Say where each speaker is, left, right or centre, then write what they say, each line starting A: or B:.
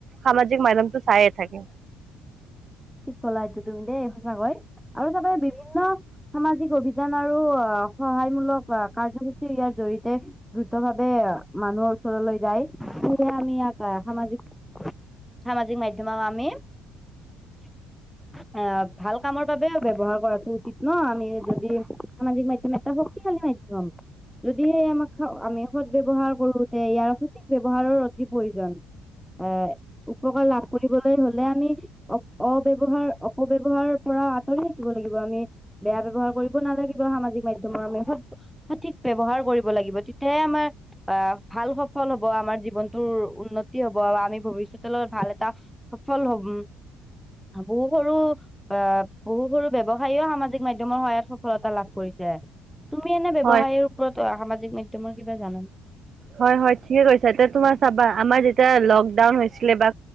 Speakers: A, on the right; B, in the centre.
A: সামাজিক মাধ্যমটো চাইএ থাকে।
B: ঠিক কলা এইটো তুমি দেই সঁচাকৈ আৰু চবে বিভিন্ন সামাজিক অভিযান আৰু অৱ সহায়মূলক কাৰ্যসূচী ইয়াৰ জৰি়য়তে দ্ৰুত ভাৱে মানুহৰ ওচৰলৈ যায় সেয়ে আমি সামাজিক সামাজিক মাধ্যমক আমি <unintelligible> অ ভাল কামৰ বাবে ব্যৱহাৰ কৰাটো উচিত ন আমি যদি সামাজিক মাধ্যম এটা শক্তিশালী <unintelligible> যদিহে আমাক আমি সৎ ব্যয়ৱহাৰ কৰোতে ইয়াৰ সঠিক ব্যৱহাৰৰ অতি প্ৰয়োজন এ উপকাৰ লাভ কৰিবলৈ হ'লে আমি অব্যহাৰ অপব্যৱহাৰৰ পৰা আঁতৰি থাকিব লাগিব আমি বেয়া ব্যৱহাৰ কৰিব নালাগিব সামাজিক মাধ্যম তোমাৰ সঠিক ব্যৱহাৰ কৰিব লাগিব তেতিয়াহে আমাৰ আহ ভাল সফল হ'ব আমাৰ জীৱন তৰ উন্নতি হব বা আমি ভৱিষ্যতৰ লগত ভাল এটা সফল হব বহু সৰু আহ বহু সৰু ব্যৱসায়ীৰ সামাজিক মাধ্যমৰ সহায়ত সফলতা লাভ তুমি এনে ব্যৱসায়ৰ
A: হয়,
B: ওপৰত সামাজিক মাধ্যমত কিবা জানানে
A: হয় হয় ঠিকে কৈছা এতিয়া তোমাৰ চাবা আমাৰ যেতিয়া লকডাউন হৈছিলে বা